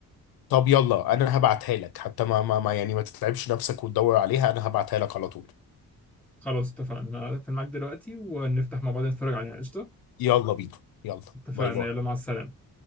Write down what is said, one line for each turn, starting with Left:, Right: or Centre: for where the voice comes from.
Left: طب يلا أنا هبعتها لك حتى ما ما ما- يعني ما تتعبش نفسك وتدور عليها أنا هبعتها لك على طول
Centre: خلاص اتفقنا انا هقفل معاك دلوقتي ونفتح مع بعض نتفرج عليها قشطة
Left: يلا بينا يلا
Centre: اتفقنا
Left: باي باي
Centre: يلا مع السلامة